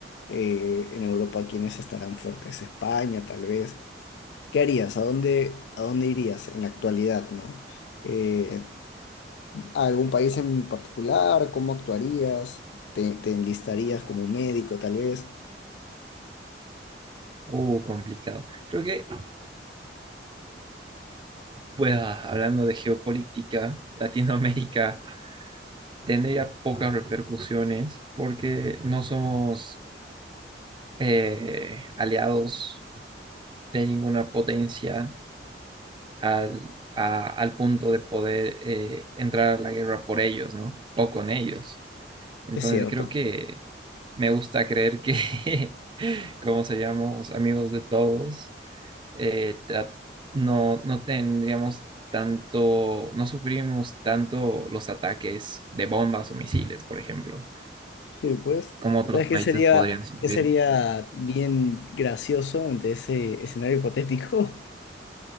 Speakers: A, on the left; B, on the right.
A: eh, en Europa, ¿quiénes estarán fuertes? España, tal vez. ¿Qué harías? ¿A dónde, a dónde irías en la actualidad, ¿no? Eh, ¿a algún país en particular? ¿Cómo actuarías? ¿Te, te enlistarías como médico, tal vez?
B: Uh, complicado. Creo que, pues, ah, hablando de geopolítica, Latinoamérica <laughs> tendría pocas repercusiones porque no somos eh, aliados de ninguna potencia al, a- al punto de poder eh, entrar a la guerra por ellos, ¿no? O con ellos. Entonces,
A: Es cierto.
B: creo que me gusta creer que, <laughs> como seríamos amigos de todos, eh, tra- no, no tendríamos tanto, no sufrimos tanto los ataques de bombas o misiles, por ejemplo,
A: Sí, pues,
B: como otros
A: ¿sabes qué
B: países
A: sería,
B: podrían sufrir.
A: qué sería bien gracioso ante ese escenario hipotético? <laughs>